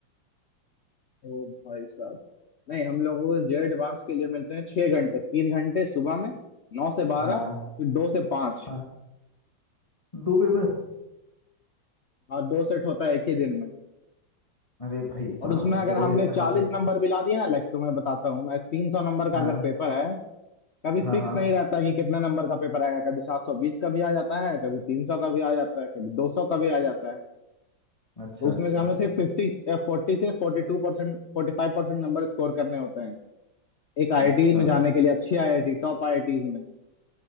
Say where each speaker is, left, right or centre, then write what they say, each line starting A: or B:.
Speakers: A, on the left; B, on the left.
A: ओ भाई साहब नहीं हम लोगों को जे एडवांस के लिए मिलते हैं छह घंटे तीन घंटे सुबह में नौ से बारह
B: हाँ
A: और फिर दो से पाँच
B: हाँ दो पेपर
A: हाँ दो सेट होता है एक ही दिन में
B: अरे भाई साहब
A: और उसमें
B: ये
A: अगर
B: तेरा
A: हमने
B: भी अच्छा
A: चालीस
B: खास है
A: नंबर भी ला दिए ना लाइक तो मैं बताता हूँ मैं तीन सौ नंबर का
B: हाँ
A: अगर पेपर है कभी
B: हाँ
A: फिक्स
B: हाँ
A: नहीं रहता कि कितने नंबर का पेपर आएगा कभी सात सौ बीस का भी आ जाता है कभी तीन सौ का भी आ जाता है कभी दो सौ का भी आ जाता है
B: अच्छा
A: तो उसमें
B: अच्छा
A: से हमें सिर्फ फिफ्टी फोर्टी से forty two percent forty five percent number score करने होते हैं एक आईआईटी
B: अच्छा
A: में जाने के लिए अच्छी आईआईटी टॉप आईआईटीज में